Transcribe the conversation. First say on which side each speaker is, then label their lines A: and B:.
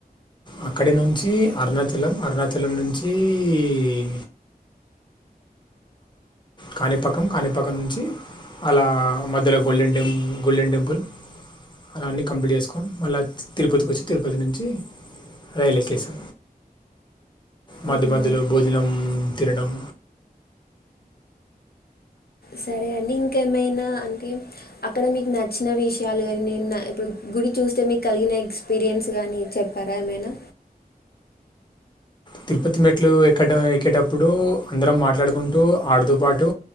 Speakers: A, on the left; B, on the left.
A: అక్కడి నుంచి అర్ ణాచలం అర్ ణాచలం నుంచి ఈ ఈ కాణిపాకం కాణిపాకం నుంచి అలా మధ్యలో గోల్డెన్ టెంప్ గోల్డెన్ టెంపుల్ అలా అన్నీ కంప్లీట్ జేసుకోనీ మళ్ళ తిరుపత్ కోచ్చి తిరుపతి నుంచి రైలెక్కేశి మధ్య
B: అవునా
A: మధ్యలో భోజనం తినడం
B: సరే అండి ఇంకేమైనా అంటే అక్కడ మీక్ నచ్న విషాలు గాని నేన్ నా ఇప్పుడు గుడి చూస్తే మీక్ కల్ గిన ఎక్స్ పిరియన్స్ గానీ చెప్పరా ఏమైనా
A: తిరుపతి మెట్లు ఎక్కడం ఎక్కేటప్పుడు అందరం మాట్లాడుకుంటూ ఆడుతు పాడుతు